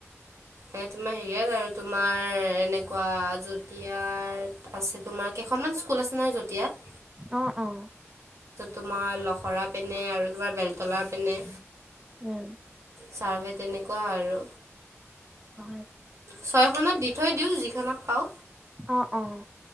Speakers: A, on the right; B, on the right.
A: এ, তোমাৰ হেৰি আৰু তোমাৰ এনেকুৱা যতিয়াত আছে তোমাৰ কেইখনমান স্কুল আছে নহয় যতিয়াত।
B: অ', অ'।
A: তোমাৰ লখৰা পিনে আৰু তোমাৰ বেলতলা পিনে।
B: উম।
A: ছাৰ্ভে তেনেকুৱা আৰু।
B: অহ।
A: ছয়খনত দি থৈ দিওঁ, যিখনত পাও।
B: অহ, অ'।